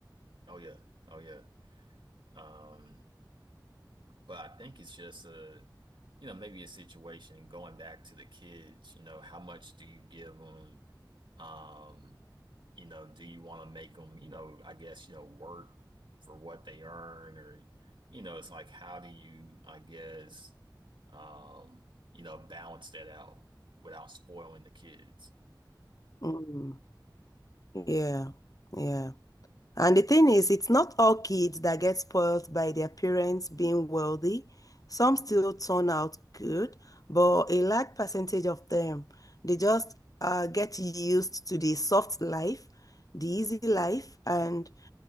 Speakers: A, on the right (about 80°); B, on the left (about 45°).
A: Oh yeah. Oh yeah. Um, but I think it's just a, you know, maybe a situation going back to the kids, you know, how much do you give them? Um, you know, do you want to make them, you know, I guess, you know, work for what they earn or, you know, it's like, how do you, I guess, um, you know, balance that out without spoiling the kids?
B: Mm. Yeah, yeah. And the thing is, it's not all kids that get spoiled by their parents being wealthy. Some still turn out good, but a large percentage of them, they just uh, get used to the soft life, the easy life. And